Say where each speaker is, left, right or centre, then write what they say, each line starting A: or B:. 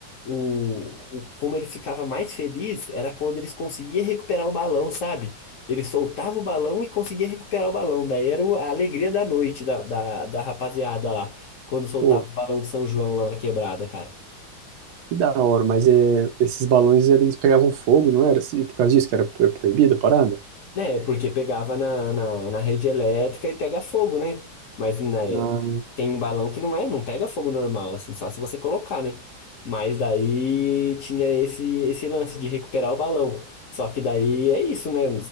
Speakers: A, on the left; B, on the right.
A: O, o- como ele ficava mais feliz era quando eles conseguiam recuperar o balão, sabe? Ele soltava o balão e conseguia recuperar o balão. Daí era o- a alegria da noite da, da, da rapaziada lá, quando soltava
B: Pô,
A: os balões de São João lá na quebrada, cara.
B: que da hora, mas é, esses balões eles pegavam fogo, não era? Se- Por causa disso que era pro- proibida a parada?
A: É, porque pegava na, na, na rede elétrica e pega fogo, né? Mas na,
B: Ah,
A: tem balão que não é, não pega fogo normal, assim, só se você colocar, né? Mas daí tinha esse, esse lance de recuperar o balão. Só que daí é isso, né?